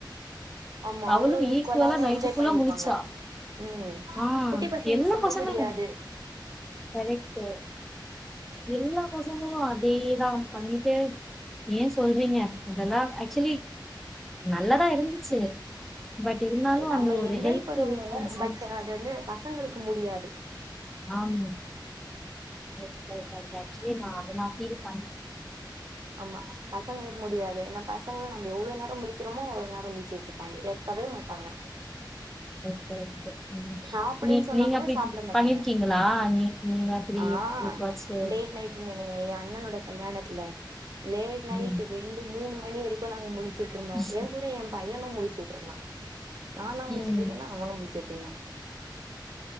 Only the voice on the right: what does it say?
ஆமா
அவ்ளோ ஈக்குவலா
என்ஜாய்
பண்ணிருப்பாங்க
ம்
குட்டி பசங்குளுக்கு
சொல்ல
முடியாது
நம்ம
என்ஜாய்
பண்ணுவோ
பட் அது வந்து பசங்குளுக்கு முடியாது
ஆமா பசங்களுக்கு முடியாது ஏனா பசங்கங்களும் நம் எவ்ளோ நேரோ முழிக்கிறமோ அவ்வளோ நேரோ முடிச்சுட்டு பா கேட்கவே மாட்டாங்க
சாப்புடுன்னு
சொன்னா
கூட
சாப்ட மாட்டாங்க
ஆ
லேட் நைட் நீங்க எ அண்ணனோட கல்யாணத்துல லேட் நைட்
ரெண்டு மூணு மணி வரைக்கோ நாங்க முழிச்சுட்டு இருந்தோ
என் கூட என் பையனோ முடிச்சுட்டுருந்தா நாந்தா முழிச்சுட்டு
இருக்கேனா அவனோ முழிச் கேகில்னா